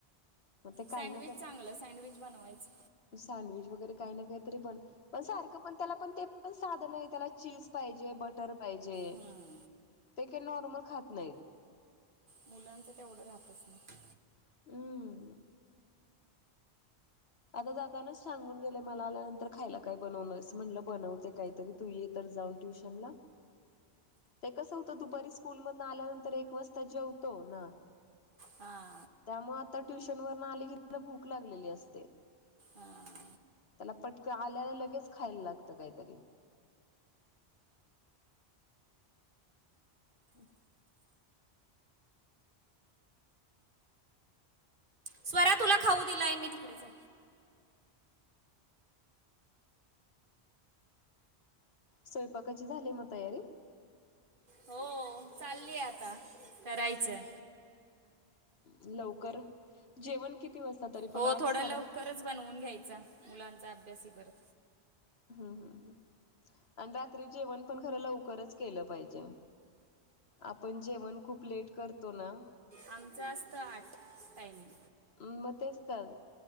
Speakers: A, on the left; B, on the right.
A: मग ते काही
B: सँडविच
A: ना काही
B: चांगलं सँडविच बनवायचं.
A: सँडविच वगैरे काही ना काहीतरी बन पण सारखं पण त्याला पण ते पण साध नाही त्याला चीज पाहिजे, बटर पाहिजे
B: हं.
A: ते काही नॉर्मल खात नाही.
B: मुलांचं तेवढं राहतंच ना.
A: हमं, आता जातानाच सांगून गेले मला आल्या नंतर खायला काय बनवणार आहेस म्हणलं बनवते काहीतरी तू ये. तर जाऊन ट्युशन ला. ते कसं होतं दुपारी स्कूल मधनं आल्यानंतर एक वाजता जेवतो ना,
B: हा.
A: त्यामुळे आता ट्युशन वर न आली की तिला भूक लागलेली असते.
B: हां
A: त्याला पटकं आल्याला लगेच खायला लागतं काहीतरी. हम्,
B: स्वरा तुला खाऊ दिलाय मी तिकडे जा.
A: स्वयंपाकाची झाली मग तयारी.
B: हो चालली आता करायचं.
A: लवकर जेवण किती वाजता तरी
B: हो
A: पण आठ
B: थोडं
A: साडे
B: लवकरच बनवून घ्यायचा मुलांचा अभ्यासी करत.
A: हम्म हम्, आणि रात्री जेवण पण खरं लवकरच केलं पाहिजे. आपण जेवण खूप लेट करतो ना,
B: आमचं असतं आठ टायमिंग.
A: मग तेच तर